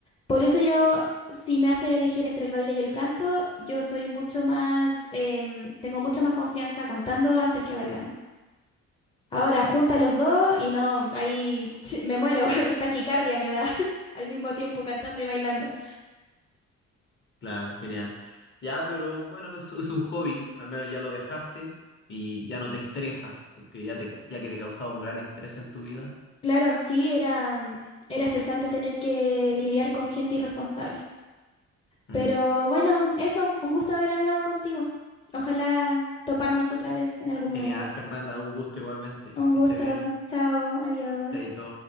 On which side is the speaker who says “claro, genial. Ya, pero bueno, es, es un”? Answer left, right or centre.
Left